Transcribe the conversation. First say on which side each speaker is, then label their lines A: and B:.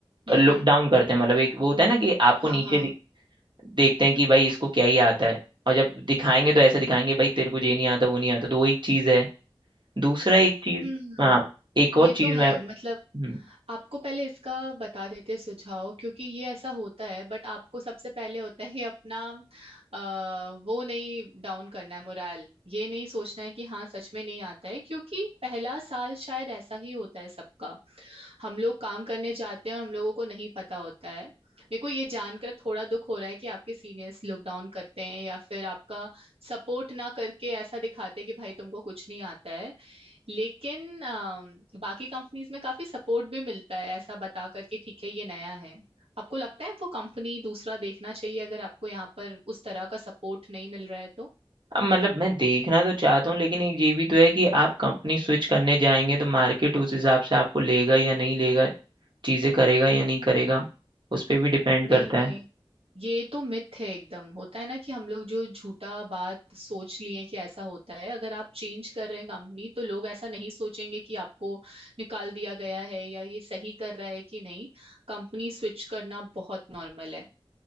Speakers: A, on the right; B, on the right.
A: हम्म
B: लुक
A: हम्म
B: डाउन करते हैं मतलब एक वो होता है ना कि आपको
A: हाँ
B: नीचे
A: हाँ
B: दे- देखते हैं कि भाई इसको क्या ही आता है और जब दिखाएंगे तो ऐसा दिखाएंगे भाई तेरे को ये नहीं आता वो नहीं आता तो वो एक चीज़ है दूसरा एक चीज
A: हम्म
B: हाँ एक और
A: ये
B: चीज
A: तो है
B: मैं हम्म,
A: मतलब आपको पहले इसका बता देते सुझाव क्योंकि ये ऐसा होता है बट आपको सबसे पहले होता है कि अपना आ, वो नहीं डाउन करना है मोराल ये नहीं सोचना है कि हाँ सच में नहीं आता है क्योंकि पहला साल शायद ऐसा ही होता है सबका हम लोग काम करने जाते हैं और हम लोगों को नहीं पता होता है मेरे को ये जानकर थोड़ा दुख हो रहा है कि आपके सीनियर्स लॉकडाउन करते हैं या फिर आपका सपोर्ट ना करके ऐसा दिखाते हैं कि भाई तुमको कुछ नहीं आता है लेकिन अम, बाकी कंपनीज में काफी सपोर्ट भी मिलता है ऐसा बता करके ठीक है ये नया है आपको लगता है वो कंपनी दूसरा देखना चाहिए अगर आपको यहाँ पर उस तरह का सपोर्ट नहीं मिल रहा है तो
B: अब मतलब मैं देखना तो चाहता हूँ लेकिन एक ये भी तो है कि आप कंपनी स्विच करने जाएंगे तो मार्केट उस हिसाब से आपको लेगा या नहीं लेगा चीजें करेगा या नहीं करेगा उस पर भी डिपेंड
A: नहीं
B: करता
A: नहीं
B: है
A: ये तो मिथ है एकदम होता है ना कि हम लोग जो झूठा बात सोच लिए कि ऐसा होता है अगर आप चेंज कर रहे हैं कंपनी तो लोग ऐसा नहीं सोचेंगे कि आपको निकाल दिया गया है या ये सही कर रहा है कि नहीं कंपनी स्विच करना बहुत नॉर्मल है